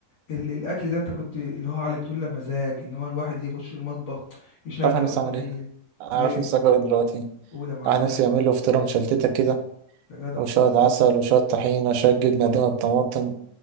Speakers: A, on the left (about 50°); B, on the right (about 85°).
A: ال- الاكل ده انت كنت اللي هو علمته لنا مزاج ان هو الواحد يخش المطبخ يشغل
B: تعرف احنا
A: اغنيه
B: نعمل ايه؟ عارف
A: ايه
B: نفسي اكل إيه دلوقتي
A: قول يا معلم
B: الواحد نفسي يعمل له فطيرة مشلتتة كده
A: يا جدع
B: وشوية عسل وشوية طحينة شوية جبنة قديمة بطماطم